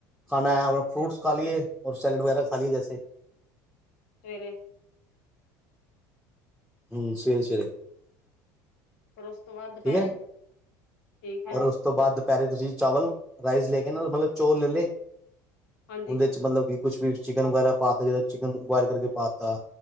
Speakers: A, in the centre; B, on the left.
A: ਖਾਣਾ ਹੈ ਫਰੂਟਸ ਖਾ ਲਈਏ ਰ ਸੈਲਡ ਵਗੈਰਾ ਖਾ ਲਈਏ ਜੈਸੇ
B: ਸਵੇਰੇ
A: ਹਮ ਸਵੇਰੇ ਸਵੇਰੇ
B: ਫਿਰ ਉਸ ਤੋਂ ਬਾਅਦ
A: ਠੀਕ
B: ਦੁਪਹਿਰੇ
A: ਹੈ
B: ਠੀਕ ਹੈ,
A: ਔਰ ਉਸ ਤੋਂ ਬਾਅਦ ਦੁਪਹਿਰੇ ਤੁਸੀਂ ਚਾਵਲ ਰਾਈਸ ਲੈ ਕੇ ਨਾ ਮਤਲਬ ਚੋਲ ਲੈ ਲਏ
B: ਹਾਂਜੀ
A: ਉਹਦੇ ਚ ਮਤਲਬ ਕਿ ਕੁਛ ਵੀ ਚਿਕਨ ਵਗੈਰਾ ਪਾ ਤਾ ਜਦੋਂ ਚਿਕਨ ਬੁਆਇਲ ਕਰਕੇ ਪਾ ਤਾ